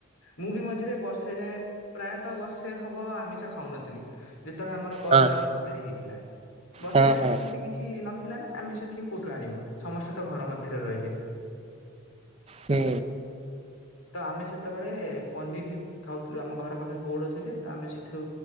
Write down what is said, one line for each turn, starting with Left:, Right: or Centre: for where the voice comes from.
Left: ମୁଁ ବି ମଝିରେ ବର୍ଷେ ଯାଏ, ପ୍ରାୟତଃ ବର୍ଷେ ହବ, ଆମିଷ ଖାଉନଥିଲି। ଯେତେବେଳେ ଆମର କରୋନା
Right: ହଁ
Left: ମହାମାରୀ ହେଇଥିଲା ବର୍ଷେ
Right: ହଁ
Left: ଯାଏଁ
Right: ହଁ
Left: ଏମତି କିଛି ନଥିଲା ନା ଆମିଷ କିଏ କୋଉ ଆଣିବ ସମସ୍ତେ ତ ଘର ମଧ୍ୟରେ ରହିଲେ।
Right: ହୁଁ।
Left: ତ ଆମେ ସେତବେଳେ ପନିରି ଖାଉଥୁଲୁ ଆମ ଘର ପାଖରେ ଗୋଉଡ଼ ଥିଲେ ତ ଆମେ ସେଠୁ